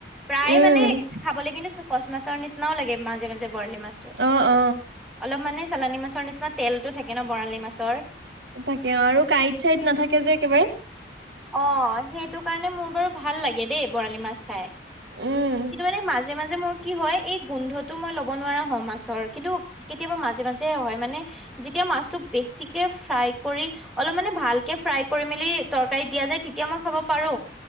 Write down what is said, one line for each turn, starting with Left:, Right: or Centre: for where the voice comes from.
Centre: প্ৰায়
Right: উম
Centre: মানে খাবলৈ কিন্তু কছ মাছৰ নিচিনাও লাগে মাজে মাজে বৰালি মাছ
Right: অ অ
Centre: অলপ মানে চালানী মাছৰ নিচিনা তেলটো থাকে ন বৰালি মাছৰ
Right: থাকে অ আৰু কাইট চাইড নাথাকে যে একেবাৰে
Centre: অ সেইটো কাৰণে মোৰ বাৰু ভাল লাগে দেই বৰালি মাছ খাই
Right: উম
Centre: কিন্তু মানে মাছ মাজে মাজে মোৰ কি হয় এই গোন্ধটো মই লব নোৱাৰা হয় মাছৰ কিন্তু কেতিয়াবা মাজে মাজে হয়, মানে যেতিয়া মাছটো বেছিকে ফ্ৰাই কৰি অলপ মানে ভালকে ফ্ৰাই কৰি মেলি তৰ কাৰিত দিয়া যে তেতিয়া মই খাব পাৰো,